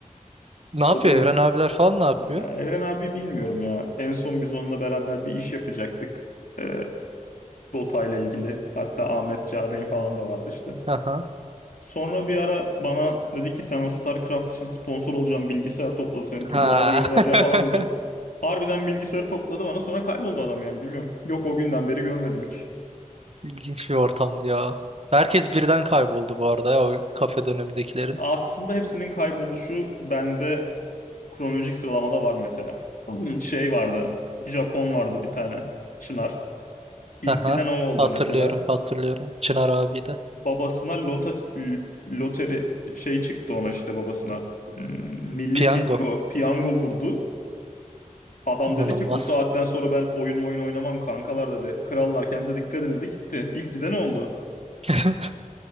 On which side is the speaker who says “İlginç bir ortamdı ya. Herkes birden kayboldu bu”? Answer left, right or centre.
Right